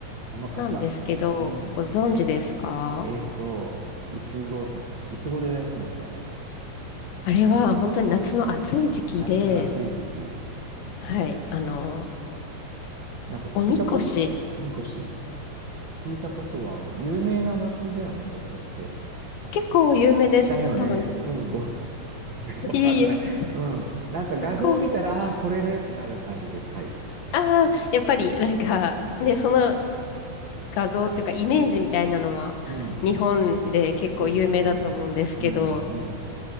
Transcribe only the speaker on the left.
なんですけど、
ご存知ですか
あれは本当に夏の暑い時期で、
はい。
あの、
おみこし、
結構有名です。
多分。
<laughs>
いえいえ。
こう、
ああ、やっぱりなんか、ね、その画像っていうかイメージみたいなのは日本で結構有名だと思うんですけど、